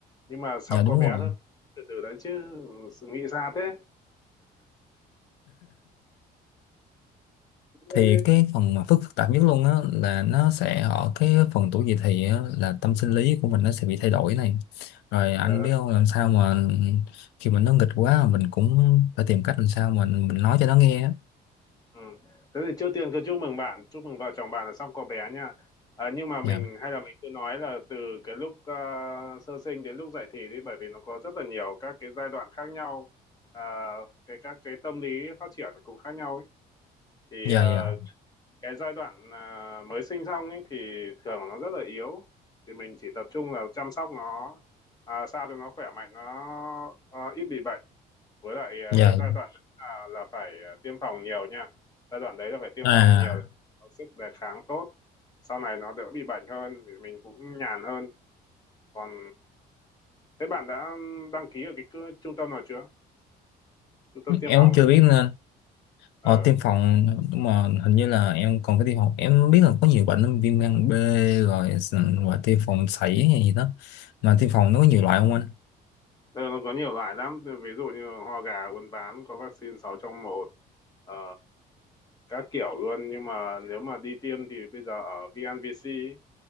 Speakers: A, on the left; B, on the left.
A: nhưng mà sắp
B: dạ đúng
A: có bé
B: rồi
A: thôi từ từ đấy chứ ừ, nghĩ xa thế Ê,
B: thì cái phần mà phức phức tạp nhất luôn á là nó sẽ ở cái phần tuổi dậy thì á, là tâm sinh lý của mình nó sẽ bị thay đổi này rồi anh
A: ờ,
B: biết không làm sao mà khi mà nó nghịch quá mình cũng phải tìm cách làm sao mà mình nói cho nó nghe á.
A: ừ. thế thì trước tiên cứ chúc mừng bạn chúc mừng vợ chồng bạn là sắp có bé nha à, nhưng mà mình
B: dạ
A: hay là mình cứ nói là từ cái lúc ờ, sơ sinh đến lúc dậy thì đi bởi vì nó có rất là nhiều các cái giai đoạn khác nhau à, cái các cái tâm lý phát triển cũng khác nhau ấy. thì
B: dạ
A: ờ,
B: dạ
A: cái giai đoạn à, mới sinh xong ấy thì thường là nó rất là yếu thì mình chỉ tập trung là chăm sóc nó à, sao cho nó khỏe mạnh nó à, ít bị bệnh với lại à,
B: dạ
A: cái giai đoạn đấy là, là phải à, tiêm phòng nhiều nha giai đoạn đấy là phải tiêm
B: à
A: phòng nhiều để có sức đề kháng tốt sau này nó đỡ bị bệnh hơn thì mình cũng nhàn hơn còn thế bạn đã đăng ký ở cái cơ- trung tâm nào chưa trung tâm tiêm
B: em
A: phòng
B: cũng chưa
A: ấy
B: biết nên
A: ờ
B: ờ, tiêm phòng nhưng mà hình như là em còn phải tiêm phòng em biết là có nhiều bệnh lắm, viêm gan B rồi s- và tiêm phòng sảy hay gì đó mà tiêm phòng nó có nhiều loại không anh
A: Ờ, nó có nhiều loại lắm ví dụ như ho gà uốn ván có vaccine 6 trong một ờ, các kiểu luôn nhưng mà nếu mà đi tiêm thì bây giờ ở VNVC ấy,